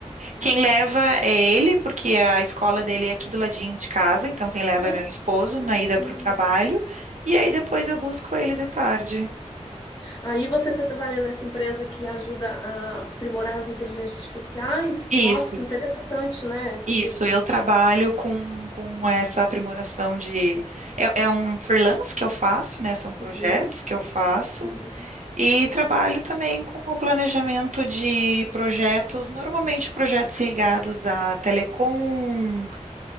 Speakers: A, on the right (about 80°); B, on the left (about 35°).
A: Quem leva é ele, porque a escola dele é aqui do ladinho de casa, então quem leva
B: Ah,
A: é meu esposo
B: facinho.
A: na ida para o trabalho, e aí depois eu busco ele de tarde.
B: Aí você está trabalhando nessa empresa que ajuda a aprimorar as inteligências artificiais?
A: Isso,
B: Nossa, que interessante, né? Esse
A: isso,
B: serviço.
A: eu trabalho com, com essa aprimoração de. É, é um freelance que eu faço, né? São projetos
B: Uhum,
A: que eu faço,
B: uhum,
A: e
B: uhum.
A: trabalho também com o planejamento de projetos, normalmente projetos ligados a telecom,